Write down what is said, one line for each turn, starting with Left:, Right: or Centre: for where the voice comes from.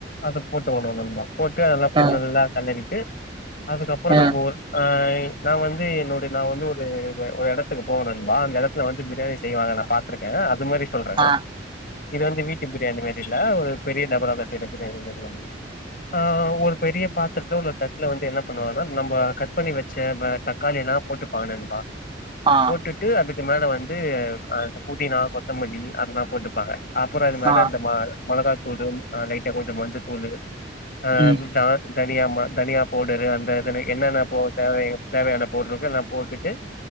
Left: அத போட்டுக்கணும் நண்பா போட்டு அதெல்லா கொஞ்ச
Right: ஆ ஆ
Left: நல்லா கெளறிட்டு அதுக்கப்பறம்
Right: ஆ
Left: நம்போ ஆ நா வந்து என்னோடு நா வந்து ஒரு ஒரு எடத்துக்கு போவ நண்பா அந்த எடத்துல வந்து பிரியாணி செய்வாங்க நா பாத்துருக்கே அது மாறி சொல்ற
Right: ஆ
Left: இது வந்து வீட்டு பிரியாணி மேறி இல்ல ஒரு பெரிய டபரால செய்ற பிரியாணி மாதிரி வந் ஆ ஒரு பெரிய பாத் திரத்திலயோ இல்ல தட்ல வந்து என்ன பண்ணுவாங்கன்னா நம்ப கட் பண்ணி வச்ச தக்காளி எல்லா போட்டுப்பாங்க நண்பா
Right: ஆ
Left: போட்டுட்டு அதுக்கு மேல வந்து அந்த புதினா கொத்தமல்லி அதுலா போட்டுப்பாங்க அப்புறம் அது மேல
Right: ஆ
Left: இந்த ம மொளகா தூளு ஆ லைட்டா கொஞ்சம் மஞ்சத்தூளு ஆ
Right: ம்
Left: அப்டிதா தனியா ம தனியா பவுடரு அந்த இதனை என்னன்னா போ தேவையோ தேவையான பொருளுக எல்லாம் போட்டுட்டு